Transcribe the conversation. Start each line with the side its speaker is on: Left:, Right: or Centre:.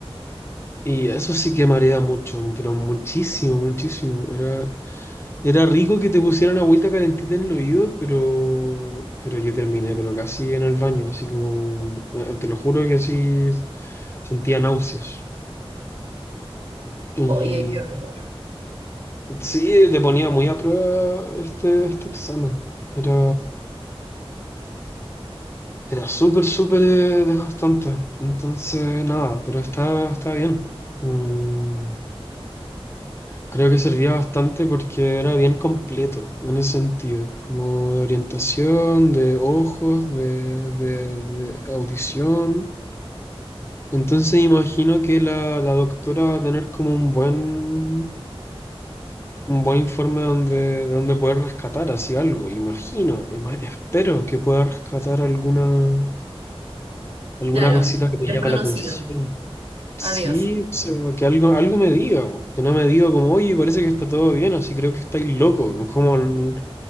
Left: Y eso sí que marea mucho, pero muchísimo, muchísimo. Era, era rico que te pusieran agüita calentita en el oído, pero, pero yo terminé, pero casi en el baño, así como, eh, te lo juro que así sentía náuseas. Y
Right: Oye, qué- horror.
Left: sí, te ponía muy a prueba este, este examen. Era, era súper, súper eh, desgastante. Entonces, nada, pero está, está bien. Mm, Creo que servía bastante porque era bien completo en ese sentido, como de orientación, de ojos, de, de- de audición. Entonces imagino que la, la doctora va a tener como un buen, un buen informe donde, de donde poder rescatar así algo. Imagino, ima- espero que pueda rescatar alguna, alguna
Right: claro,
Left: cosita que me
Right: desconocido.
Left: llame la atención. Sí,
Right: Adiós.
Left: o sea, que algo, algo me diga, po, que no me diga como, oye, parece que está todo bien, así creo que estáis loco, como n-